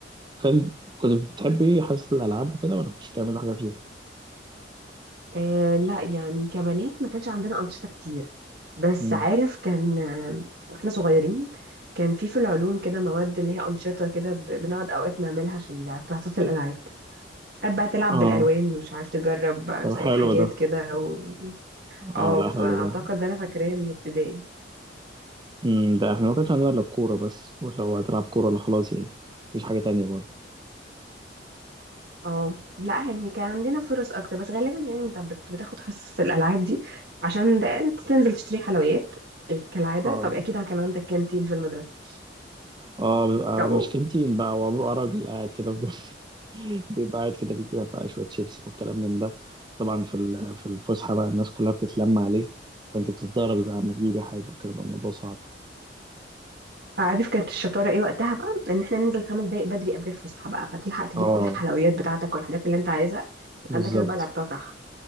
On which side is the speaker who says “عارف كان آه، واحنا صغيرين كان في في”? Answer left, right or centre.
Right